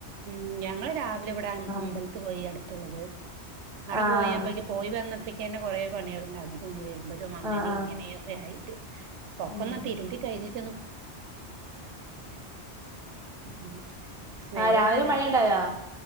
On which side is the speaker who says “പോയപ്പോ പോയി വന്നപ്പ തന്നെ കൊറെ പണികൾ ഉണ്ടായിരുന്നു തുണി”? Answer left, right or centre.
Right